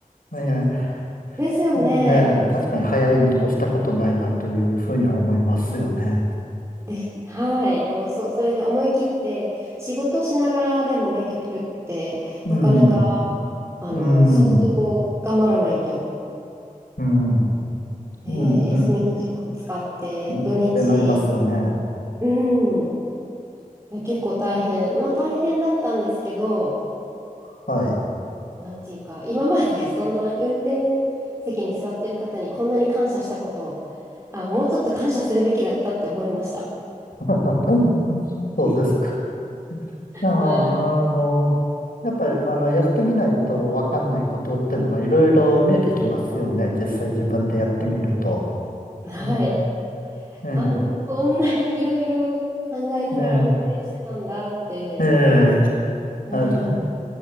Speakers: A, on the left; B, on the right.
A: ええ
B: ですよね。
A: ねえ、確かに早いに越したことないなというふうには思いますよね。
B: で、<laughs> はい、もうそ、それで思い切って仕事しながらでも免許取るってなかなか
A: うん、うん、
B: あの相当頑張らないと、
A: うん、うん、うん、
B: ね、
A: うん
B: 休みの時間使って土日、
A: うんってなりますよね。
B: うん、いや結構大変、まあ大変だったんですけど、
A: はい。
B: なんていうか今まで <laughs> そんな運転席に座ってる方にこんなに感謝したこと、あ、もうちょっと感謝するべきだったって思いました。
A: <laughs> うんそうですか。いや、
B: は
A: あの、やっぱり、あの、やってみないとわかんないことってのがいろいろ見えてきますよね。実際自分でやってみると。
B: い、はい
A: ねえ、ね
B: あ、こんなにいろいろ考えながら運転してたんだって。
A: え、ねえ、ええ、
B: うん。
A: あれ